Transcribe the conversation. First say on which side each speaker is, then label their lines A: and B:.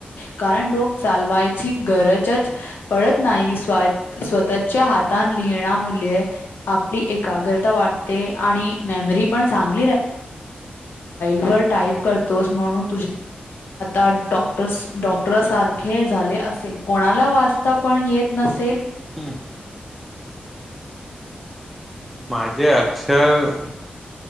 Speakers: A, on the left (about 80°); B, in the centre.
A: कारण डोक चालवाची गरजच पडत नाही स्वतः च्या हात लिहिण्या मु आपली एकाग्रता वाटते आणि मेमरी पण सांग व ट करोस म्हणून अ डॉक्टर सारखे झाले असे कोणाला वाचता पण येत नसेल
B: हम्म माझे अक्षर